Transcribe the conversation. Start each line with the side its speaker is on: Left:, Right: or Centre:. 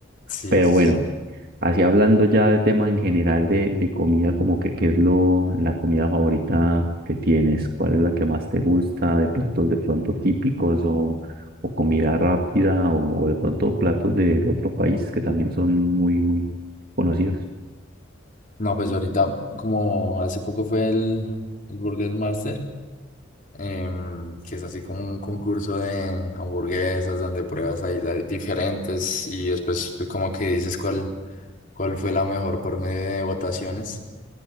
Left: Sí,
Right: Pero
Left: sí,
Right: bueno,
Left: sí, sí.
Right: así hablando ya de tema en general de, de comida, como que qué es lo, la comida favorita que tienes, cuál es la que más te gusta, de platos de pronto típicos o, o comida rápida o, de pronto platos de, de otro país que también son muy, muy conocidos.
Left: No, pues ahorita, como hace poco fue el, el Burger Master, em, que es así como un concurso de hamburguesas donde pruebas ahí las diferentes y después pues, como que dices cuál, cuál fue la mejor por medio de votaciones.